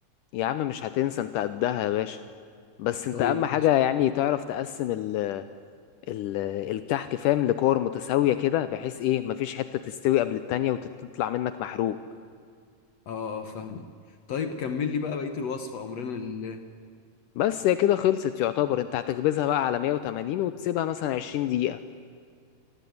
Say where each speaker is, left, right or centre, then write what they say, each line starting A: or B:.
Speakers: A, on the left; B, on the left.
A: يا عم مش هتنسى انت قدها يا باشا بس انت
B: طيب
A: اهم
B: ماشي
A: حاجة يعني تعرف تقسم ال ال الكحك فاهم لكور متساوية كده بحيث ايه مفيش حتة تستوي قبل التانية وتطلع منك محروق
B: اه اه فاهمك طيب كمل لي بقى بقية الوصفة أمرنا لله
A: بس هي كده خلصت يعتبر انت هتخبزها بقى على 180 وتسيبها مثلا 20 دقيقة